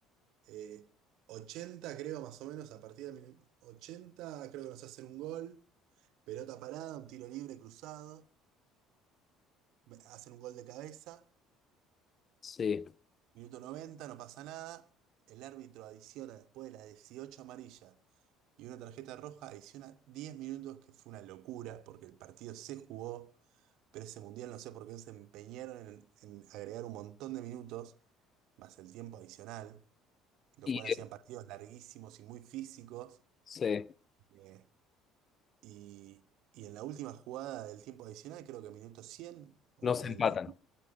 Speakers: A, on the right; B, on the left.
A: eh, 80, creo, más o menos. A partir del minuto 80 creo que nos hacen un gol. Pelota parada, un tiro libre cruzado. Hacen un gol de cabeza.
B: Sí,
A: Minuto 90 no pasa nada. El árbitro adiciona después de las 18 amarillas y una tarjeta roja, adiciona 10 minutos, que fue una locura, porque el partido se jugó, pero ese mundial no sé por qué se empeñaron en en agregar un montón de minutos, más el tiempo adicional. lo
B: y
A: cual hacían
B: eh,
A: partidos larguísimos y muy físicos.
B: sí,
A: eh, y, y en la última jugada del tiempo adicional, creo que minuto 100 o
B: no
A: 90,
B: se empatan.